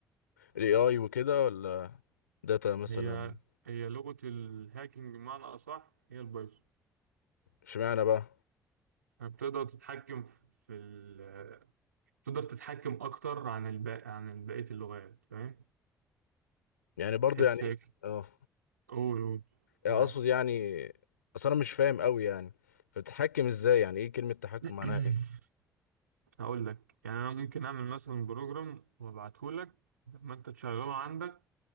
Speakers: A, on the left; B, on the right.
A: الاي اي وكده ولا داتا مثلا
B: هي هي لغة الهاكينج بمعنى أصح هي البايثون
A: اشمعنى بقى
B: فبتقدر تتحكم في في ال تقدر تتحكم أكتر عن الباقي عن بقية اللغات فاهم
A: يعني برضو
B: تحس
A: يعني
B: هيك
A: اه
B: قول قول
A: يعني
B: معاك
A: اقصد يعني اصل انا مش فاهم قوي يعني فبتتحكم ازاي يعني ايه كلمة تحكم
B: <clears throat>
A: معناها ايه
B: هقول لك يعني انا ممكن اعمل مثلا بروجرام وابعته لك لما انت تشغله عندك